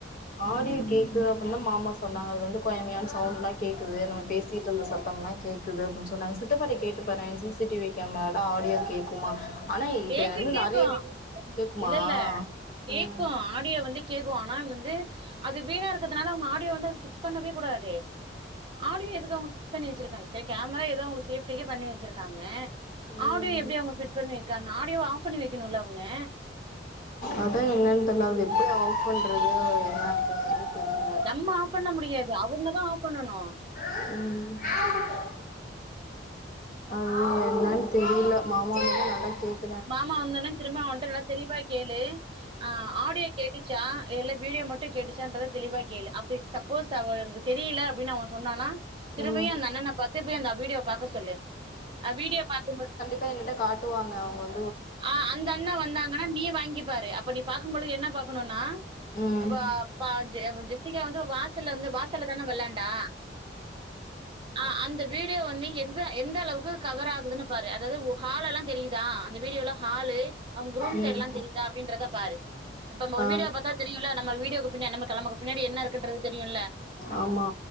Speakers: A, on the left; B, on the right.
A: ஆடியோ கேக்குது அப்டின்னுதா மாமா சொன்னாங்க அது வந்து கொயமியன்னு சவுண்ட்ல்லா கேக்குது நம்ம பே சிட்டு இருந்த சத்தம் எல்லா கேக்குது அப்டின்னு சொன்னாங்க சித்தப்பாட்ட கேட்டுப்பாரு சி சி டி வி கேமரால ஆடியோ கேக்குமா ஆனா இப்ப
B: கேக்கு
A: வந்து
B: கேக்கு
A: நறைய, கேக்குமா
B: இல்ல இல்ல கேக்கு
A: ம்
B: ஆடியோ வந்து கேக்கு ஆனா வந்து அது வீணா இருக்கிறதுனால அவங்க ஆடியோ வந்து அத பிக்ஸ் பண்ணவே கூடாதே ஆடியோ எதுக்கு அவங்க பிக்ஸ் பண்ணி வச்சிருக்காங்க சேரி கேமரா ஏதோ அவங்களுக்கு சேஃப்டிக்கு பண்ணி வச்சிருக்காங்க
A: ம்
B: ஆடியோ எப்டி அவங்க ஃபிட் பண்ணிருக்காங்க ஆடியோவ ஆஃப் பண்ணி வைக்கணும்ல அவங்க
A: அதா என்னன் தெர்ல அது எப்டி ஆஃப் பண்றது என்ன அப்டிங்கறது தெரில
B: நம்ம ஆஃப் பண்ண முடியாது அவுங்கதா ஆஃப் பண்ணனு
A: ம் அது என்னன் தெரியல மாமா வந்தாருன கேக்
B: மாமா வந்தனோ திரும்ப அவன்ட்ட நல்லா தெளிவா கேளு ஆ ஆடியோ கேட்டுச்சா எல்ல வீடியோ மட்டு கேட்டுச்சான்றத தெளிவா கேளு அப்டி சப்போஸ் அவரு எனக்கு தெரியல அப்டின் அவ சொன்னானா திரும்பயு
A: ம்
B: அந்த அண்ணன பத்துப்பி அந்த வீடியோவ பாக்க சொல்லு அவ்வீடியோ பாக்கும்போ
A: ப்ப என்னட காட்டுவாங்க அவுங்க வந்
B: ஆ அந்த அண்ணா வந்தாங்கனா நீ வாங்கிப்பாரு அப்ப நீ பாக்கும்பொழுது என்ன பாக்கணுனா
A: ம்
B: அப்ப பாவ்சே அப்ப ஜெஸ்பிகா வந்து வாசல்ல வந்து வாசல்ல தான வெளாண்டா ஆ அந்த வீடியோ வந்து எந்த எந்த அளவுக்கு கவர் ஆகுதுனு பாரு அதாவ்து ஒ ஹாலலா தெரியிதா அந்த வீடியோல‌ ஹாலு அவுங் ரூம்
A: ம்
B: சைட்ல்லா தெரிதா அப்டின்றத பாரு இப் நம்ம ஒரு
A: ஆ
B: வீடியோ பாத்த தெ ரியுல நம்ம வீடியோக்கு பின்ன நம்ம கிழமக்கு பின்னாடி என்ன இர்க்கூன்றது தெரியுல
A: ஆமா